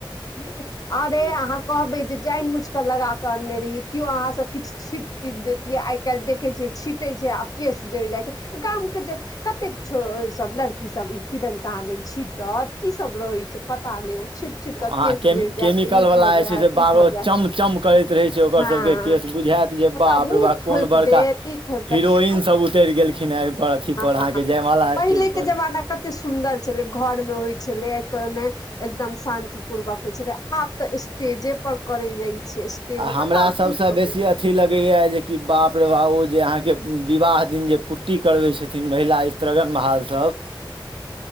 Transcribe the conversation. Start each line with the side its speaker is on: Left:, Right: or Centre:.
Left: अरे अहाँ कहबे जे जानि बुझिक लगाक अनने रहियै केओ अहाँ सब किछु छीट तीट देैतियै आइ काल्हि देखै छियै छीटै छै आ केस जैरि जाइ छै गाम के जे कतेक छौ सब लड़की सब ई किदन कहादन छी छीटत की सब रहै छै पता नहि ओ छीट के
Right: अहाँ
Left: से
Right: केमी
Left: जरि जाएतऽ
Right: केमिकल
Left: ई
Right: वला
Left: भऽ जाएत
Right: जे छै से बाबरो
Left: ई भऽ जाएत
Right: चम चम करैत रहै छै ओकर
Left: हँ
Right: सबके केस बुझायत जे
Left: ओतय
Right: बाप
Left: मूँह
Right: रे बा
Left: थोपि
Right: कोन बड़का
Left: देत आ थोपि देत
Right: हीरोइन सब उतरि गेलखिन हे पर अथी
Left: हँ
Right: पर अहाँके जयमाला
Left: पहिले
Right: स्टेज पर
Left: के जमाना कते सुन्दर छलै घर मे होइ छलै आ को नहि एकदम शान्ति पूर्वक होइ छले आब तऽ स्टेजे पर करै जाइ छै स्टेज
Right: आ हमरा
Left: बताउ
Right: सभसँ
Left: की कहू
Right: बेसी अथी लगैए जेकि बाप रौ बाप ओ जे अहाँके विवाह दिन जे पुट्टी करबै छथिन महिला स्त्रीगन महाल सभ